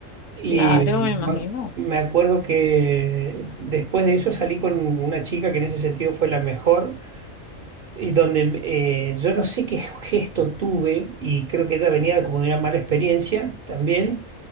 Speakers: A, on the right (about 60°); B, on the left (about 70°).
A: Y
B: Claro, me imagino.
A: ma- me acuerdo que después de eso salí con una chica que en ese sentido fue la mejor, y donde eh, yo no sé qué gesto tuve, y creo que ella venía como de una mala experiencia también